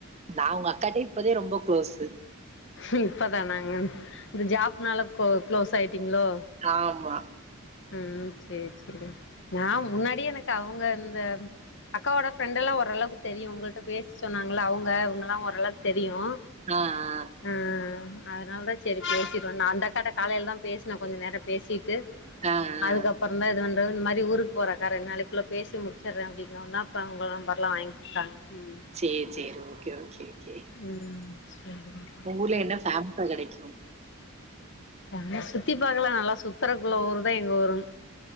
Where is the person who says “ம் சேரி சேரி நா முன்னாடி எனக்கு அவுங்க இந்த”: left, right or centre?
Left